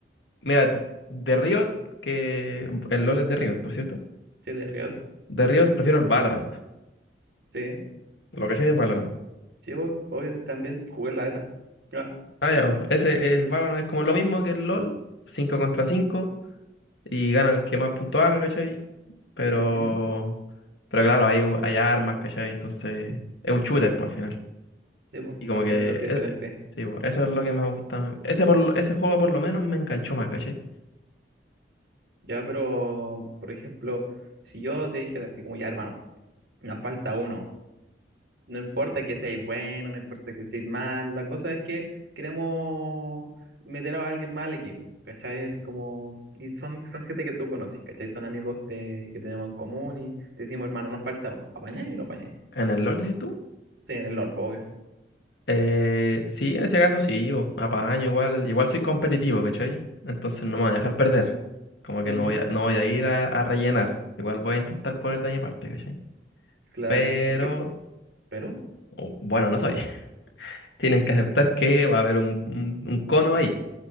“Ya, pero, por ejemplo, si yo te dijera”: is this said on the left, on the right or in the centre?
Right